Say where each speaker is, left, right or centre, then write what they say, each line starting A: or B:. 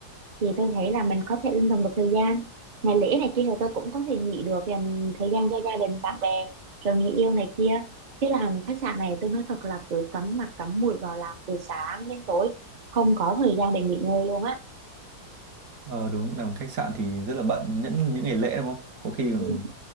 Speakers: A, on the right (about 40°); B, on the right (about 65°).
A: thì tôi thấy là mình có thể linh động được thời gian ngày lễ này kia thì tôi cũng có thể nghỉ được dành thời gian cho gia đình bạn bè rồi người yêu này kia chứ làm khách sạn này tôi nói thật là cứ cắm mặt cắm mũi vào làm từ sáng đến tối không có thời gian để nghỉ ngơi luôn á
B: ờ đúng, làm khách sạn thì rất là bận những những ngày lễ đúng không? Có khi còn
A: ừ.